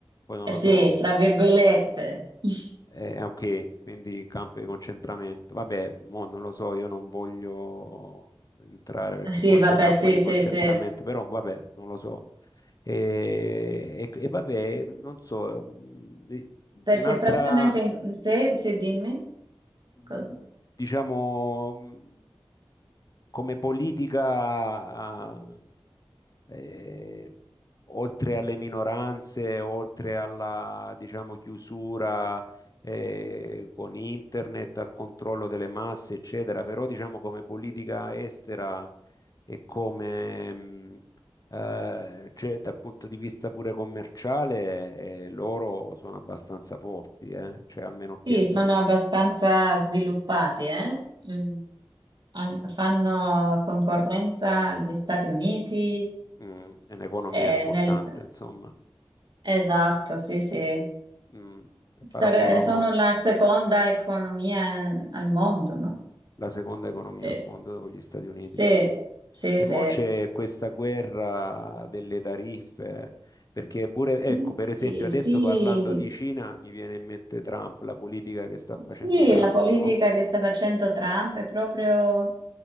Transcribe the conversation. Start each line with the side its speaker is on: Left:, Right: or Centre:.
Left: poi non
Right: eh
Left: lo
Right: sì,
Left: so,
Right: fra virgolette. <laughs>
Left: eh, ok, quindi campo di concentramento. Vabbè, mo non lo so, io non voglio entrare perché
Right: Sì,
Left: forse
Right: vabbè,
Left: campo
Right: sì,
Left: di
Right: sì,
Left: concentramento,
Right: sì.
Left: però vabbè, non lo so. E, e- e vabbè, non so, mh, e-
Right: Perché
Left: un'altra,
Right: praticamente, in- se, sì, dimmi,
Left: mh,
Right: cosa-
Left: diciamo, mh, come politica ah, eh, oltre alle minoranze, oltre alla, diciamo, chiusura eh, con internet, al controllo delle masse, eccetera, però diciamo come politica estera e come mh, eh, cioè, dal punto di vista pure commerciale, eh, loro sono abbastanza forti, eh? Cioè, a meno che
Right: sì,
Left: insomma,
Right: sono abbastanza sviluppati, eh? Mm. Han- Fanno concorrenza agli Stati Uniti,
Left: mh, è un'economia
Right: eh,
Left: importante,
Right: nel-
Left: insomma,
Right: esatto, sì, sì,
Left: mh, paragono
Right: Sare- sono la seconda economia eh, al mondo, no?
Left: la seconda economia
Right: Sì,
Left: al mondo dopo gli Stati Uniti.
Right: sì, sì,
Left: E
Right: sì.
Left: mo c'è questa guerra delle tariffe, perché pure, ecco,
Right: Sì,
Left: per esempio, adesso
Right: sì.
Left: parlando di Cina mi viene in mente Trump, la politica che sta facendo
Right: Sì,
Left: Trump,
Right: la politica
Left: no?
Right: che sta facendo Trump è proprio